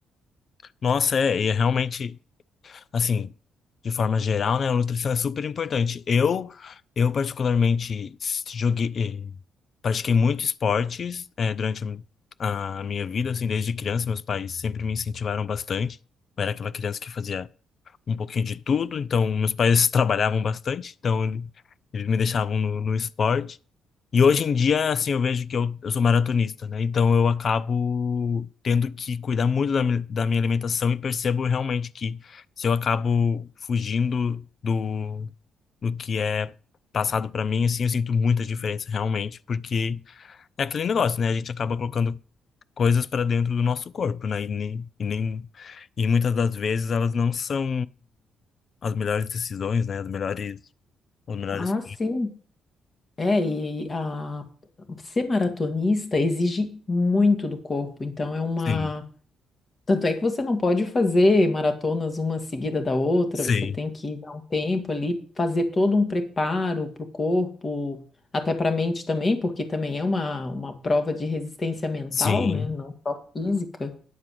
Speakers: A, on the left; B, on the left.
A: Nossa, é, e é realmente, assim, de forma geral, né, a nutrição é super importante. Eu, eu particularmente joguei, eh, pratiquei muito esportes, eh, durante a minha vida, assim, desde criança, meus pais sempre me incentivaram bastante. Eu era aquela criança que fazia um pouquinho de tudo, então meus pais <laughs> trabalhavam bastante, então ele- eles me deixavam no, no esporte. E hoje em dia, assim, eu vejo que eu, eu sou maratonista, né? Então eu acabo tendo que cuidar muito da, mi- da minha alimentação e percebo realmente que se eu acabo fugindo do, do que é passado para mim, assim, eu sinto muita diferença realmente, porque é aquele negócio, né? A gente acaba colocando coisas para dentro do nosso corpo, né? E nem, e nem, e muitas das vezes elas não são as melhores decisões, né? As melhores, os melhores.
B: Ah, sim. É, e a... ser maratonista exige muito do corpo. Então é uma.
A: Sim,
B: Tanto é que você não pode fazer maratonas uma seguida da outra,
A: sim,
B: você tem que dar um tempo ali, fazer todo um preparo para o corpo, até para a mente também, porque também é uma, uma prova de resistência mental,
A: sim,
B: né? Não só física.